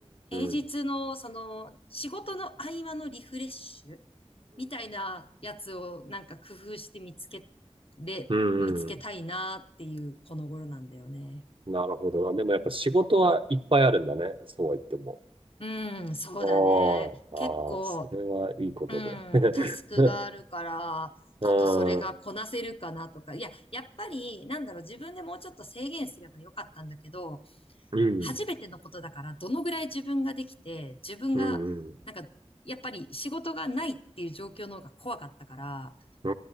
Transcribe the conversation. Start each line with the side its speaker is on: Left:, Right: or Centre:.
Left: 平日のその仕事の合間のリフレッシュ
Right: ん、
Left: みたいなやつをなんか工夫して見つけれ、
Right: うん、
Left: 見つけたいなっていうこの頃なんだよね。
Right: うん。なるほどな。でもやっぱ仕事はいっぱいあるんだね。そうは言っても。
Left: うん、そうだね。
Right: ああ、
Left: 結構
Right: ああ、それはいいことで。
Left: うん、タスクがあるから、
Right: <laughs> うん、
Left: ちょっとそれがこなせるかなとか。
Right: う
Left: いや、やっぱり、なんだろう、自分でもうちょっと制限すればよかったんだけど、
Right: ん、
Left: 初めてのことだから、どのぐらい自分ができて、自分が、
Right: うん、うん、
Left: なんか、やっぱり仕事がないっていう状況の方が怖かったから、
Right: う